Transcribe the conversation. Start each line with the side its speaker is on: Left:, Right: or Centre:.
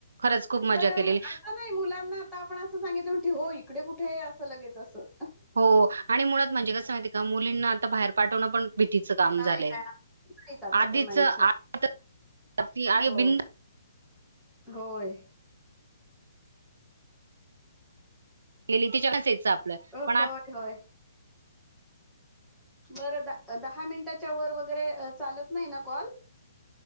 Right: खरंच खूप मजा
Centre: तर
Right: केलेली.
Centre: आता नाई मुलांना आता आपण असं सांगितलं म्हणतील होय इकडे कुठे? असं लगेच असं.
Right: हो आणि मुळात म्हणजे कसं माहिती हाय का मुलींना आता बाहेर पाठवणं पण भीतीच काम
Centre: नाही
Right: झालंय
Centre: नाही नाहीच आता
Right: <inaudible> आधीच
Centre: तर नाहीच
Right: आ
Centre: हो
Right: आधी आहे
Centre: हो
Right: बिन
Centre: होय.
Right: लेली <unintelligible>
Centre: अ
Right: पण
Centre: होय
Right: आता
Centre: -होय.
Right: <inaudible>
Centre: बर दा- दहा मिंनटाच्या वर वगरे अ चालत नाही ना कॉल?